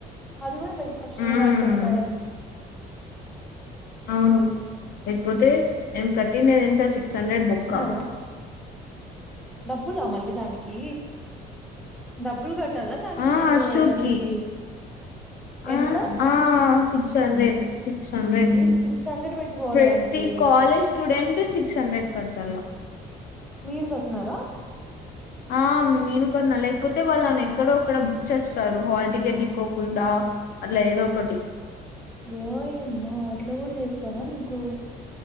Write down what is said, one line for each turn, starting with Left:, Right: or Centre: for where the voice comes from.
Centre: అది కూడా బెస్ట్ ఆప్షన్
Left: ఉమ్,
Centre: వాళ్ళు పెట్టాడం
Left: అవును లేకపోతే మేము కట్టినది ఎంత సిక్స్ హండ్రెడ్ బొక్క
Centre: న్నారా డబ్బులా మళ్ళీ దానికి డబ్బులు కట్ కాటాలా దానికి
Left: ఆ
Centre: మీరు
Left: షూకి
Centre: వెళ్ళనికి ఎంత
Left: ఆ ఆ six hundred six six hundred
Centre: ఏం సిక్స్ హండ్రెడ్ పెట్టుకోవాలి
Left: ప్రతి
Centre: దానికి
Left: కాలేజ్ స్టూడెంట్ సిక్స్ హండ్రెడ్ కట్టల
Centre: మీరు కట్టిన్నారా
Left: ఆ నేను కొన్న లేకపోతే వాళ్ళు నన్ను ఎక్కడో అక్కడ బుక్ చేస్తారు హాల్టికెట్ టిక్కోకుండా అట్లా ఏదో ఒకటి
Centre: వయమో అట్ల కూడా చేస్తారా మీకు